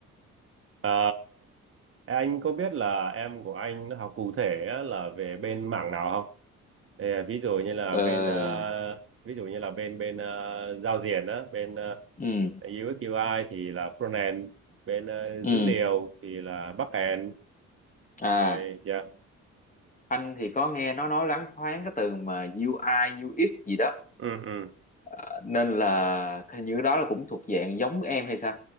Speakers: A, on the right; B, on the left.
A: Ờ, anh có biết là em của anh nó học cụ thể á, là về bên mảng nào không? Thì, à, ví dụ như là
B: Ờ,
A: bên ờ, ví dụ như là bên bên ờ, giao diện á, bên ờ,
B: ừ,
A: UX UI thì là frontend, bên ờ,
B: ừ,
A: dữ liệu thì là backend.
B: à
A: Rồi dạ.
B: anh thì có nghe nó nói loáng thoáng cái từ mà UI UX gì đó
A: Ừ ừ.
B: À, nên là hình như đó là cũng thuộc dạng giống em hay sao